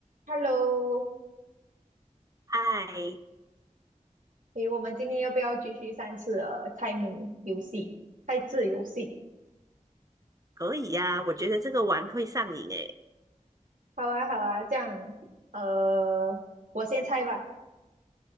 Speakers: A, on the right (about 80°); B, on the right (about 25°).
A: Hello，
B: 哎，
A: 诶，我们今天要不要继续三次的猜谜游戏、猜字游戏？
B: 可以呀、我觉得这个玩会上瘾诶，
A: 好啊，好啊，这样，呃，我先猜吧。